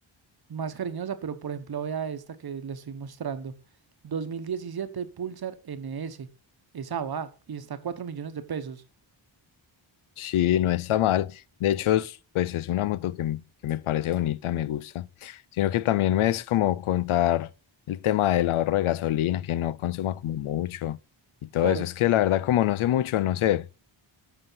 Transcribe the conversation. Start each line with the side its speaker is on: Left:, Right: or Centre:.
Right: más cariñosa, pero por ejemplo vea esta que le estoy mostrando, 2017 Pulsar NS, esa va y está a 4 millones de pesos.
Left: Sí, no está mal. De hecho, es- pues es una moto que, m- que me parece bonita, me gusta. Sino que también es como contar el tema del ahorro de gasolina, que no consuma como mucho y todo
Right: Claro,
Left: eso. Es que la verdad, como no sé mucho, no sé.